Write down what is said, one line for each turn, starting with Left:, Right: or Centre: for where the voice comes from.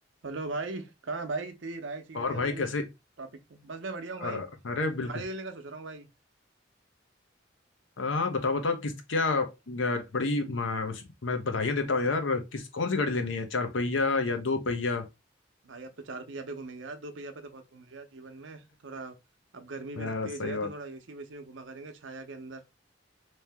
Right: Hello भाई कहाँ है भाई तेरी राय चाहिए
Left: और
Right: थी यार
Left: भाई
Right: मुझे
Left: कैसे
Right: टॉपिक पे बस मैं बढ़िया हूँ भाई
Left: अ, अरे
Right: गाड़ी
Left: बिल्कुल
Right: लेने का सोच रहा हूँ भाई
Left: आ, बताओ बताओ किस क्या अ, बड़ी म, उस, मैं बधाइयाँ देता हूँ यार किस कौन सी गाड़ी लेनी है चार पहिया या दो पहिया
Right: भाई अब तो चार पहिया पे घूमेंगे यार दो पहिया पे तो बहुत घूम लिया जीवन में थोड़ा अब गर्मी भी
Left: अ,
Right: तेज
Left: सही
Right: है
Left: बात
Right: तो थोड़ा एसी वेसी में घुमा करेंगे छाया के अंदर